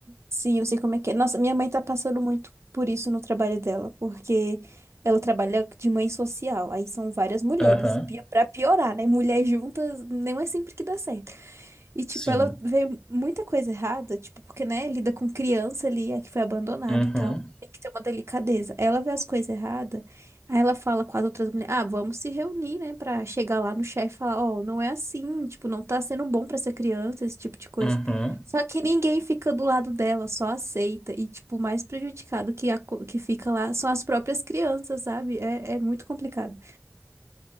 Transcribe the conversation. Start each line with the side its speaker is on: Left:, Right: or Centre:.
Right: Sim, eu sei como é que é. Nossa, minha mãe tá passando muito por isso no trabalho dela, porque ela trabalha de mãe social, aí são várias mulheres.
Left: Aham,
Right: Pi- Pra piorar, né? Mulheres juntas não é sempre que dá certo. E, tipo,
Left: sim.
Right: ela vê muita coisa errada, tipo, porque, né, lida com criança ali, é que foi abandonada
Left: Uhum,
Right: e tal. Tem que ter uma delicadeza. Ela vê as coisas erradas, aí ela fala com as outras mulheres, ah, vamos se reunir, né, pra chegar lá no chefe e falar, ó, não é assim, tipo, não tá sendo bom pra essa criança, esse tipo de coisa.
Left: uhum.
Right: Só que ninguém fica do lado dela, só aceita. E, tipo, o mais prejudicado que, a co- que fica lá são as próprias crianças, sabe? É, é muito complicado.